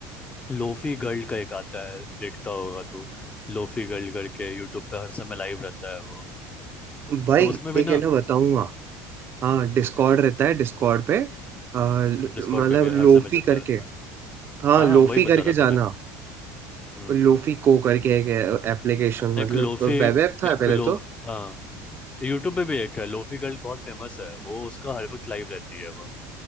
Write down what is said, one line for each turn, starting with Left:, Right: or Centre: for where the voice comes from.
Left: लोफी गर्ल का एक आता है देखता होगा तू लोफी गर्ल करके यूट्यूब पे हर समय लाइव रहता है वो
Right: भाई
Left: तो उसमें भी
Right: एक
Left: ना
Right: है ना बताऊंगा हाँ डिस्कॉर्ड रहता है डिस्कॉर्ड पे आ, ल-
Left: डिस्कॉर्ड
Right: मतलब
Left: पे भी हर
Right: लोफी
Left: समय चलता
Right: करके
Left: रहता है
Right: हाँ
Left: हाँ
Right: लोफी
Left: वही बता
Right: करके
Left: रहा था
Right: जाना
Left: मैं भी हम्म
Right: लोफी को करके एक एप्लीकेशन
Left: एक
Right: मतलब
Left: लोफी
Right: वेब ऐप था
Left: एक
Right: पहले
Left: लोफ
Right: तो
Left: हाँ यूट्यूब पे भी एक है लोफी गर्ल बहुत फेमस है वो उसका हर वक्त लाइव रहती है वो